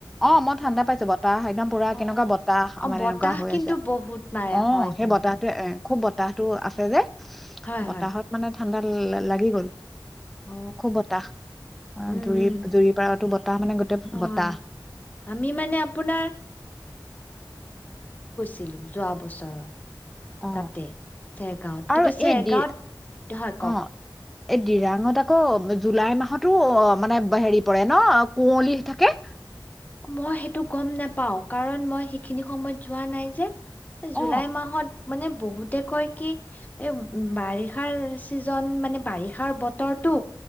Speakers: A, in the centre; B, on the left (about 20°).
A: অ মই ঠাণ্ডা
B: অহ
A: পাইছো বতাহ একদম পুৰা কেনেকুৱা
B: অহ
A: বতাহ
B: অ
A: মানে
B: বতাহ
A: এনেকুৱা হৈ
B: কিন্তু
A: আছে
B: বহুত মাৰে
A: অ
B: হয়
A: সেই
B: কিন্তু
A: বতাহটোৱে এ খুব বতাহটো আছে যে
B: হয়,
A: বতাহত
B: হয়।
A: মানে ঠাণ্ডা লাগি গ'ল
B: অ'।
A: খুব বতাহ
B: উম,
A: জুৰি
B: উম,
A: জুৰি পাৰতো বতাহ মানে গোটেই
B: হয়।
A: বতাহ
B: আমি মানে আপোনাৰ ছিলো যোৱা বছৰৰ
A: অ
B: তাতে চেৰগাঁৱত
A: আৰু
B: কিন্তু চেৰগাঁৱত
A: এই দি
B: হয়
A: অ
B: কওক
A: এই ডিৰাঙত আকৌ জুলাই মাহতো অ মানে হেৰি পৰে ন কুঁৱলী থাকে
B: মই সেইটো গম নোপাও কাৰণ মই সেইখিনি সময়ত যোৱা নাই যে
A: অ
B: জুলাই মাহত মানে বহুতে কয় কি এ বাৰিষাৰ চিজন মানে বাৰিষাৰ বতৰটো